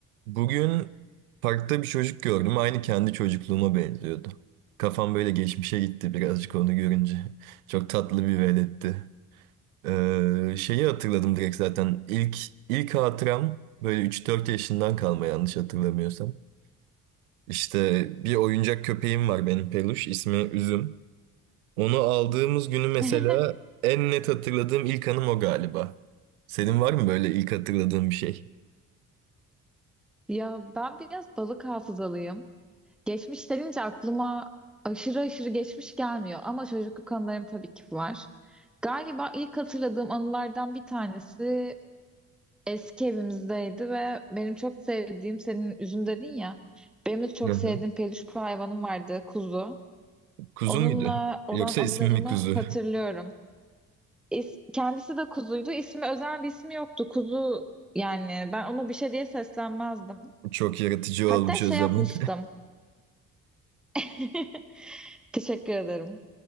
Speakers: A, on the right (about 75°); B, in the centre.
A: Bugün parkta bir çocuk gördüm. Aynı kendi çocukluğuma benziyordu. Kafam böyle geçmişe gitti birazcık onu görünce. <laughs> Çok tatlı bir veletti. Ee, şeyi hatırladım direkt zaten. İlk, ilk hatıram böyle üç dört yaşından kalma yanlış hatırlamıyorsam. İşte bir oyuncak köpeğim var benim peluş. ismi Üzüm. Onu aldığımız günü mesela
B: <laughs>
A: en net hatırladığım ilk anım o galiba. Senin var mı böyle ilk hatırladığın bir şey?
B: Ya ben biraz balık hafızalıyım. Geçmiş denince aklıma aşırı aşırı geçmiş gelmiyor ama çocukluk anılarım tabii ki var. Galiba ilk hatırladığım anılardan bir tanesi eski evimizdeydi ve benim çok sevdiğim senin üzüm dedin ya. Benim de çok
A: Hı hı.
B: sevdiğim peluş bir hayvanım vardı kuzu.
A: Kuzu
B: Onunla
A: muydu?
B: olan
A: Yoksa
B: anılarımı
A: ismi mi kuzu?
B: hatırlıyorum. İs- kendisi de kuzuydu. İsmi özel bir ismi yoktu. Kuzu yani ben ona bir şey diye seslenmezdim.
A: Çok yaratıcı
B: Hatta
A: olmuş
B: şey
A: o zaman.
B: yapmıştım. <laughs> Teşekkür ederim.